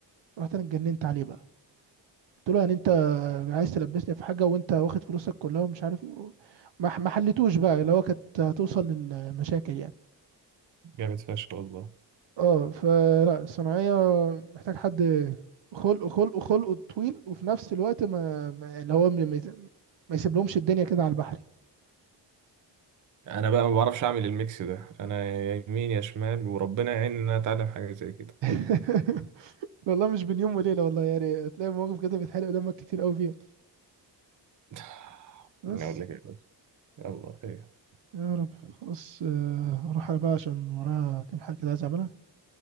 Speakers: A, on the right (about 75°); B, on the right (about 45°).
A: رحت انا اتجننت عليه بقى قلت له يعني انت عايز تلبسني في حاجة وانت واخد فلوسك كلها ومش عارف ايه ما ما حلتوش بقى اللي هو كانت هتوصل للمشاكل يعني
B: جامد فشخ والله
A: اه فلا الصناعية محتاج حد خلق خلق خلقه طويل وفي نفس الوقت ما, ما اللي هو ما يس- ما يسيب لهمش الدنيا كده على البحر
B: انا بقى ما بعرفش اعمل الميكس ده انا يا يمين يا شمال وربنا يعين ان انا اتعلم حاجه زي كده
A: <laughs> والله مش بين يوم وليلة والله يعني هتلاقي مواقف كده بتحرق دمك كتير قوي فيها
B: <sighs>
A: بس
B: أنا أقول لك إيه بس يلا خير
A: يا رب خلاص آه، اروح انا بقى عشان ورايا كام حاجة كده عايز اعملها